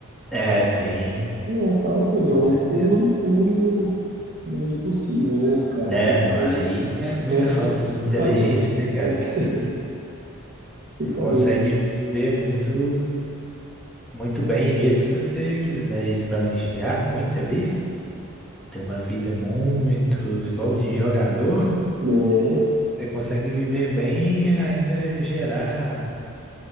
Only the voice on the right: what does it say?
É aquela coisa, é o
cúmulo do cúmulo do, do impossível, né? O cara
tem
que ser
o
o
mestre
em
fazer.
É, <laughs> você
tá
doido.
Né?